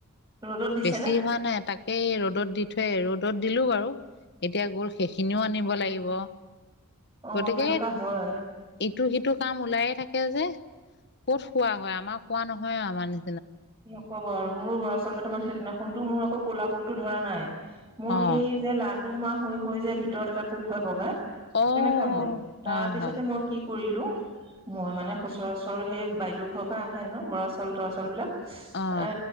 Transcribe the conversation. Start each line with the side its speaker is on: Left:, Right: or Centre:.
Right: ৰ'দত দিছে
Left: বেছি
Right: নে
Left: হোৱা নাই, এটাক এই ৰ'দত দি থয়ে, ৰ'দত দিলো বাৰু, এতিয়া গ'ল। সেইখিনিও আনিব লাগিব।
Right: অ
Left: গতিকে
Right: তেনেকুৱা হয়
Left: ইটো, সিটো কাম ওলায়ে থাকে যে ক'ত খোৱা হয় আ আমাৰ খোৱা নহয় আমাৰ নি
Right: নকব আৰু মোৰ বৰাচাউল কেইটামান সেইদিনাখনতো মোৰ আকৌ কলাপোকতো ধৰা নাই মোৰ
Left: অ
Right: সেই যে লাড দুমাহ হৈ হৈ যে ভিতৰত এটা পোক হয় বগা তেনেকোৱা
Left: অ
Right: হ'ল
Left: হয়
Right: তাৰ পিছতে
Left: হয়
Right: মই কি কৰিলো মই মানে সচৰাচৰ সেই বাইদেউ ঘৰৰ পৰা আহে ন বৰাচল তৰাচল বিলাক
Left: অ
Right: এ